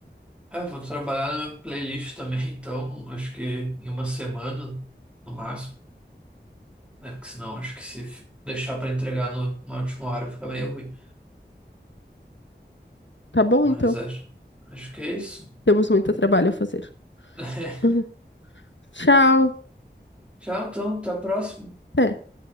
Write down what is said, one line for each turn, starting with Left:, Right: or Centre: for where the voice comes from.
Centre: É, vou trabalhar na minha playlist também, <laughs> então acho que em uma semana, no máximo, né? Porque senão acho que se f- deixar para entregar no, na última hora fica meio ruim.
Left: Tá bom,
Centre: Mas
Left: então?
Centre: acho, acho que é isso.
Left: Temos muito trabalho a fazer.
Centre: <laughs>
Left: <laughs> Tchau!
Centre: Tchau, então, até a próxima.
Left: até